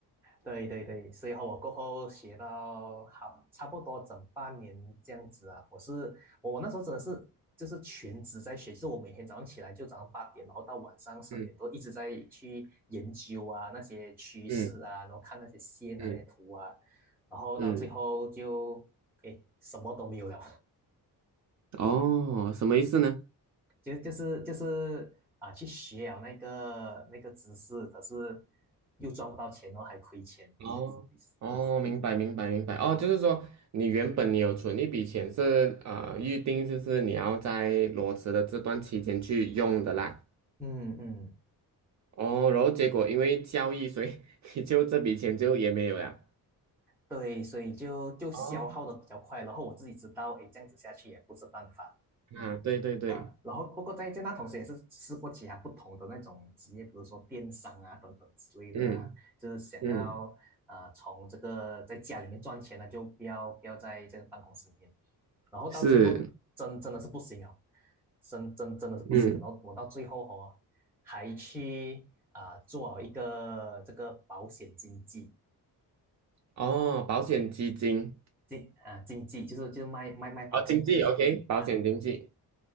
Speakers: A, in the centre; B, on the right.
A: 对对对，所以和我过后学到好差不多整半年这样子啊。我是我我那时候真的是就是全职在学，就是我每天早上起来就早上八点，然后到晚上十点多一直在去研究啊那些趋势啊，
B: <laughs> 嗯嗯
A: 然后看那些线啊那些图啊，
B: 嗯
A: 然后到最后就诶什么都没有了，
B: 嗯，哦，什么意思呢？
A: <laughs> 就就是就是啊去学啊那个那个知识，可是又赚不到钱哦，还亏钱这样子的意思
B: 哦哦，明白明白明白哦，就是说你原本你有存一笔钱是啊、呃预定就是你要在裸辞的这段期间去用的啦。
A: 嗯嗯。
B: 哦，然后结果因为交易，所以 <laughs> 你就这笔钱就也没有了。
A: 对，所以就就消耗的比较快，
B: 哦，
A: 然后我自己知道，哎，这样子下去也不是办法
B: 啊，对对对，
A: 啊。然后不过在在那同时也是试过其他不同的那种职业，比如说电商啊等等之类的啦，
B: 嗯
A: 就是想要呃从这个在家里面赚钱呢，
B: 嗯，
A: 就不要不要在这个办公室里面。然后到最后真真的是不行哦，
B: 是，
A: 真真真的是不行了然后我到最后哦，
B: 嗯，
A: 还去啊、做好一个这个保险经纪。
B: 哦，保险基金，
A: 经啊经济就是就是卖卖卖保险的那些啊，
B: 哦，经济，OK，保险经济，